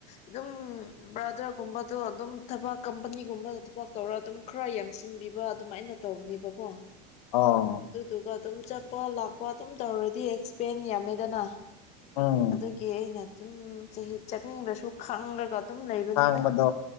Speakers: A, on the left; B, on the left.
A: ꯑꯗꯨꯝ ꯕ꯭ꯔꯥꯗꯔꯒꯨꯝꯕꯗꯣ ꯑꯗꯨꯝ ꯊꯕꯥꯛ ꯀꯝꯄꯅꯤꯒꯨꯝꯕꯗ ꯊꯕꯛ ꯇꯧꯔꯒ ꯑꯗꯨꯝ ꯈꯔ ꯌꯦꯡꯁꯤꯟꯕꯤꯕ ꯑꯗꯨꯃꯥꯏꯅ ꯑꯩꯅ ꯇꯧꯅꯦꯕꯀꯣ
B: ꯑꯣ
A: ꯑꯗꯨꯗꯨꯒ ꯑꯗꯨꯝ ꯆꯠꯄ ꯂꯥꯛꯄ ꯑꯗꯨꯝ ꯇꯧꯔꯗꯤ ꯑꯦꯛꯁꯄꯦꯟ ꯌꯥꯝꯃꯦꯗꯅ
B: ꯎꯝ
A: ꯑꯗꯨꯒꯤ ꯑꯩꯅ ꯑꯗꯨꯝ ꯆꯍꯤ ꯆꯠꯅꯤꯡꯗꯁꯨ ꯈꯪꯂꯒ ꯑꯗꯨꯝ ꯂꯩꯕꯅꯤꯗ
B: ꯈꯥꯡꯕꯗꯣ